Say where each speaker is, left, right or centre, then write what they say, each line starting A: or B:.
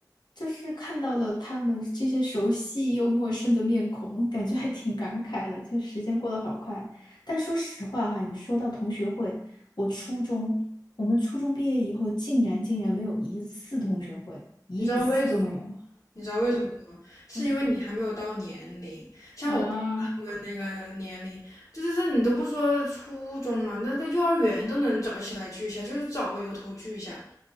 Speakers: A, on the left; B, on the left.
A: 就是看到了他们这些熟悉又陌生的面孔，感觉还挺感慨的。就时间过得好快，但说实话哈，你说到同学会，我初中，我们初中毕业以后，竟然竟然没有一次同学会，一次都没有。
B: 你知道为什么吗？你知道为什么吗？是因为你还没有到年龄，
A: 嗯
B: 像我爸他们那个年龄，
A: 啊，
B: 就是这你都不说初中了，那个幼儿园都能找起来聚一下，就是找个由头聚一下。